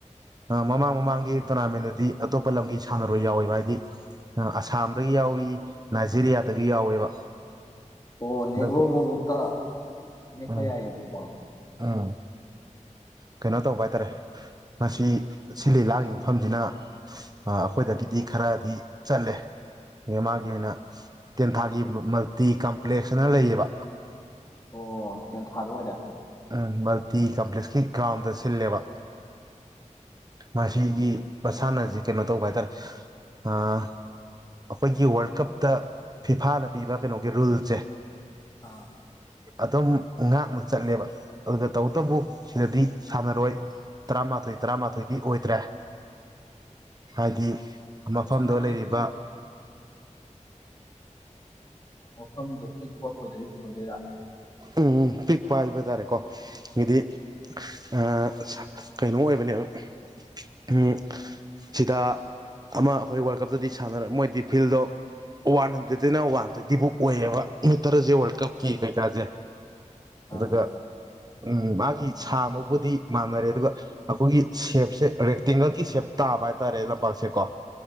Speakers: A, on the right; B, on the left.
A: ꯃꯃꯥꯡ ꯃꯃꯥꯡ ꯒꯤ ꯇꯣꯔꯅꯥꯃꯦꯟꯗꯗꯤ ꯑꯇꯣꯞꯄ ꯂꯝꯒꯤ ꯁꯥꯟꯅꯔꯣꯏ ꯌꯥꯎꯋꯦꯕ ꯍꯥꯏꯗꯤ ꯑꯁꯥꯝꯗꯒꯤ ꯌꯥꯎꯏ ꯅꯥꯏꯖꯦꯔꯤꯌꯥꯗꯒꯤ ꯌꯥꯎꯋꯦꯕ
B: ꯑꯣ ꯅꯦꯒ꯭ꯔꯣ
A: ꯑꯗꯨꯒ
B: ꯐꯕꯇ ꯅꯦꯛꯞꯄ
A: ꯎꯝ
B: ꯌꯥꯏꯌꯦꯕꯄ
A: <unintelligible> ꯀꯩꯅꯣ ꯇꯧꯕ ꯍꯥꯏꯇꯥꯔꯦ ꯃꯁꯤ ꯁꯤ ꯂꯤ ꯂꯥꯡꯉꯤꯕ ꯃꯐꯝꯁꯤꯅ ꯑꯩꯈꯣꯏꯗꯒꯤꯗꯤ ꯈꯔꯗꯤ ꯆꯜꯂꯦ ꯃꯥꯒꯤ ꯑꯣꯏꯅ ꯇꯦꯟ ꯊꯥꯒꯤ ꯃꯜꯇꯤ ꯀꯝꯄ꯭ꯂꯦꯛꯁꯅ ꯂꯩꯌꯦꯕ
B: ꯑꯣ ꯇꯦꯟ ꯊꯥꯗ ꯑꯣꯏꯔꯦ
A: ꯎꯝ ꯃꯜꯇꯤ ꯀꯝꯄ꯭ꯂꯦꯛꯁꯇ ꯒ꯭ꯔꯥꯝꯗ ꯁꯤꯜꯂꯦꯕ ꯃꯁꯤꯒꯤ
B: ꯎꯝ
A: ꯃꯁꯥꯟꯅ ꯍꯧ ꯀꯩꯅꯣ ꯇꯧꯕ ꯍꯥꯏꯇꯥꯔꯦ ꯑꯩꯈꯣꯏꯒꯤ ꯋꯥꯔꯜ ꯀꯞꯇ ꯐꯤꯐꯥꯅ ꯄꯤꯕ ꯀꯩꯅꯣꯒꯤ ꯔꯨꯜꯁꯦ
B: ꯑꯥ
A: ꯑꯗꯨꯝ ꯉꯥꯛꯅ ꯆꯠꯂꯦꯕ ꯑꯗꯨꯒ ꯇꯧꯕꯇꯕꯨ ꯁꯤꯗꯗꯤ ꯁꯥꯟꯅꯔꯣꯏ ꯇꯔꯥꯃꯥꯊꯣꯏ ꯇꯔꯥꯃꯥꯊꯣꯏꯗꯤ ꯑꯣꯏꯗ꯭ꯔꯦ ꯍꯥꯏꯗꯤ ꯃꯐꯝꯗꫭ
B: ꯁꯥꯟꯅꯔꯣꯏ
A: ꯂꯩꯔꯤꯕ
B: ꯃꯐꯝꯗꯨ ꯄꯤꯛꯄ ꯑꯣꯏꯗꯣꯏ ꯑꯣꯏꯗꯣꯏꯔꯥ
A: ꯎꯝ ꯎꯝ ꯄꯤꯛꯄ ꯍꯥꯏꯕ ꯇꯥꯔꯦꯀꯣ ꯁꯤꯗꯤ ꯑꯥ ꯁ ꯀꯩꯅꯣ ꯑꯣꯏꯕꯅꯦꯕ ꯎꯝ ꯁꯤꯗ ꯑꯃ ꯑꯈꯣꯏ ꯋꯥꯔꯜ ꯀꯞꯇꯗꯤ ꯁꯥꯟꯅꯔ ꯃꯣꯏꯗꯤ ꯐꯤꯜꯗꯣ ꯋꯥꯟ ꯍꯟꯗ꯭ꯔꯦꯗꯇꯩꯅ ꯋꯥꯟ ꯇ꯭ꯋꯦꯟꯇꯤꯐꯥꯎ ꯑꯣꯏꯌꯦꯕ ꯃꯤ ꯇꯔꯦꯁꯦ ꯋꯥꯔꯜ ꯀꯞꯀꯤ ꯀꯩꯀꯥꯁꯦ
B: ꯑꯥ
A: ꯗꯨꯒ ꯎꯝ ꯃꯥꯒꯤ ꯁꯥꯡꯕꯕꯨꯗꯤ ꯃꯥꯟꯅꯔꯦ ꯗꯨꯒ ꯑꯈꯣꯏꯒꯤ ꯁꯦꯞꯁꯦ ꯔꯦꯛꯇꯦꯡꯒꯜꯒꯤ ꯁꯦꯞ ꯇꯥꯕ ꯍꯥꯏ ꯇꯥꯔꯦ ꯂꯝꯄꯥꯛꯁꯦꯀꯣ